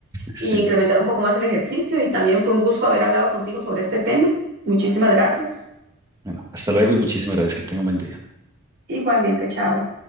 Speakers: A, on the right; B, on the right.
A: Sí,
B: Y incrementar un poco más el ejercicio. Y también fue un gusto haber hablado contigo sobre este tema. Muchísimas gracias.
A: bueno, hasta luego y muchísimas gracias, que tenga un buen día.
B: Igualmente, chao.